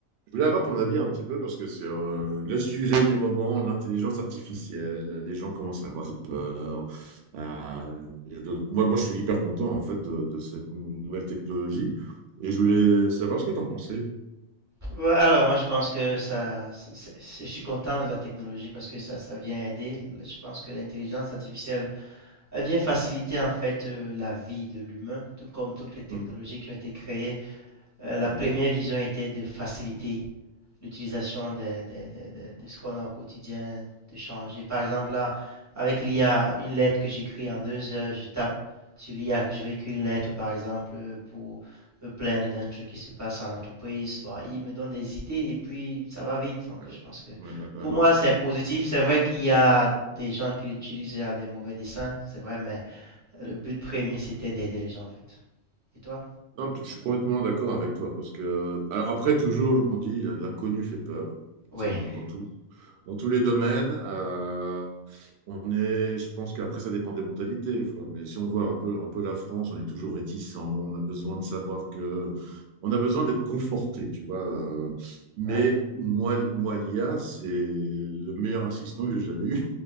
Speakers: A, on the right; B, on the right.
A: Je voulais avoir ton avis un petit peu parce que sur euh, le sujet du moment, l'intelligence artificielle, les gens commencent à avoir peur. Euh, il y a d'autres- moi, moi, je suis hyper content en fait de, de cette nou- nouvelle technologie et je voulais savoir ce que tu en pensais.
B: Ouais, Alors, moi, je pense que ça, ça- c'est- c'est- je suis content de la technologie parce que ça, ça vient aider. Je pense que l'intelligence artificielle, elle vient faciliter en fait euh, la vie de l'humain, tout comme toutes les technologies
A: Mm.
B: qui ont été créées. Euh, la
A: Ouais,
B: Oui, première vision était de faciliter l'utilisation de, de, de- de- de ce qu'on a au quotidien, de changer. Par exemple, là, avec l'IA, une lettre que j'écris en deux heures, je tape sur l'IA que je vais écrire une lettre, par exemple, pour me plaindre d'un truc qui se passe en entreprise. Bon, il me donne des idées et puis ça va vite. Donc,
A: ouais,
B: je pense que
A: ouais, ouais, ouais.
B: pour moi, c'est positif. C'est vrai qu'il y a des gens qui l'utilisent à des mauvais desseins, c'est vrai, mais le but premier, c'était d'aider les gens, en fait. Et toi?
A: Non, t- je suis complètement d'accord avec toi parce que, alors après, toujours, on dit l'inconnu fait peur.
B: Oui,
A: C'est dans, dans tout, dans tous les domaines. euh, On est, je pense qu'après, ça dépend des mentalités. des fois. Mais si on voit un peu, un peu la France, on est toujours réticent. On a besoin de savoir que. On a besoin d'être conforté, tu vois. euh, Mais
B: ouais.
A: moi, moi, l'IA, c'est le meilleur assistant que j'ai jamais eu.